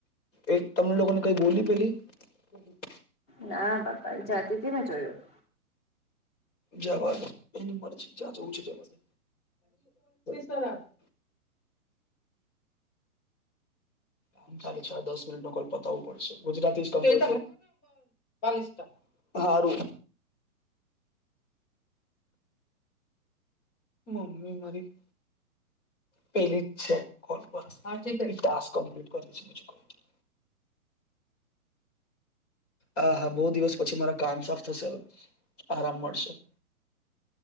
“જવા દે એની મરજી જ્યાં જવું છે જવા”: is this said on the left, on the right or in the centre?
Left